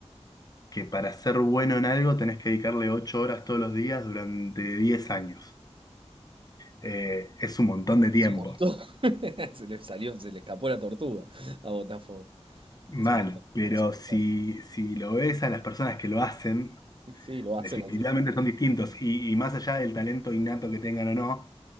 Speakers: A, on the left; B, on the right.
A: que para ser bueno en algo tenés que dedicarle 8 horas todos los días durante 10 años. Eh, es un montón de tiempo.
B: Es un montón. <laughs> Se le salió, se le escapó la tortuga a Botafogo.
A: Mal,
B: Es un montón,
A: pero
B: es un
A: si,
B: montón.
A: si lo ves a las personas que lo hacen,
B: Sí, lo
A: definitivamente
B: hacen así.
A: son distintos. Y, y más allá del talento innato que tengan o no,